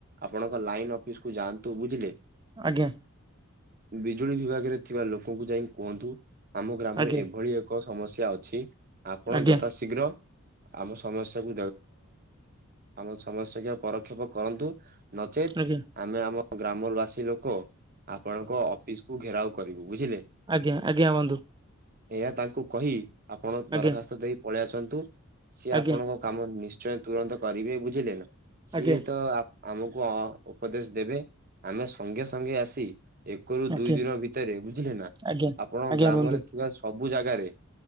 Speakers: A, on the right; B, on the right.
A: ଆପଣଙ୍କ ଲାଇନ ଅଫିସ କୁ ଯାଆନ୍ତୁ ବୁଝିଲେ।
B: ଆଜ୍ଞା।
A: ବିଜୁଳି ବିଭାଗରେ ଥିବା ଲୋକଙ୍କୁ ଯାଇ କୁହନ୍ତୁ ଆମ ଗ୍ରାମରେ
B: ଆଜ୍ଞା
A: ଏଭଳି ଏକ ସମସ୍ୟା ଅଛି ଆପଣ
B: ଆଜ୍ଞା
A: ଯଥା ଶୀଘ୍ର ଆମ ସମସ୍ୟାକୁ ଆମ ସମସ୍ୟାକୁ ପରକ୍ଷେପ କରନ୍ତୁ। ନଚେତ୍
B: ଆଜ୍ଞା ଆଜ୍ଞା
A: ଆମେ ଆମ ଗ୍ରାମବାସୀ ଲୋକ ଆପଣଙ୍କ ଅଫିସକୁୁ ଘେରାଉ କରିବୁ। ବୁଝିଲେ।
B: ଆଜ୍ଞା-ଆଜ୍ଞା ବନ୍ଧୁ।
A: ଏହା ତାଙ୍କୁ କହି ଆପଣ ଦରଖାସ୍ତ
B: ଆଜ୍ଞା
A: ଦେଇ ପଳେଇ ଆସନ୍ତୁ। ସିଏ
B: ଆଜ୍ଞା
A: ଆପଣଙ୍କ କାମ ନିଶ୍ଚୟ ତୁରନ୍ତ କରିବେ ବୁଝିଲେ ନା। ସିଏ
B: ଆଜ୍ଞା
A: ତ ଆମକୁ ଉପଦେଶ ଦେବେ ଆମେ ସଙ୍ଗେ-ସଙ୍ଗେ ଆସି ଏକରୁ
B: ଆଜ୍ଞା
A: ଦୁଇ ଦିନ ଭିତରେ ବୁଝିଲେ ନା
B: ଆଜ୍ଞା
A: ଆପଣ
B: ଆଜ୍ଞା
A: ଗ୍ରାମରେ
B: ବନ୍ଧୁ
A: ଥିବା ସବୁ ଜାଗାରେ